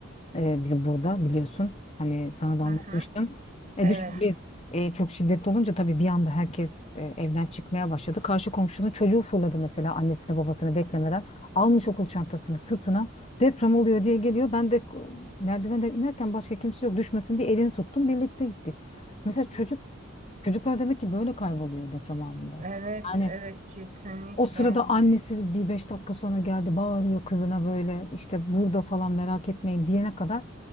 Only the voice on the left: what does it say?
E, bizim burada biliyorsun. Hani sana da
anlatmıştım.
E,
düşün biz e, çok şiddetli olunca tabii bir anda herkes e, evden çıkmaya başladı. Karşı komşunun çocuğu fırladı mesela annesini babasını beklemeden. Almış okul çantasını sırtına. Deprem oluyor diye geliyor. Ben de e, merdivenden inerken başka kimse yok düşmesin diye elini tuttum. Birlikte gittik. Mesela çocuk çocuklar demek ki böyle kayboluyor deprem anında.
Yani
o sırada annesi bir beş dakika sonra geldi bağırıyor kızına böyle işte burada falan merak etmeyin diyene kadar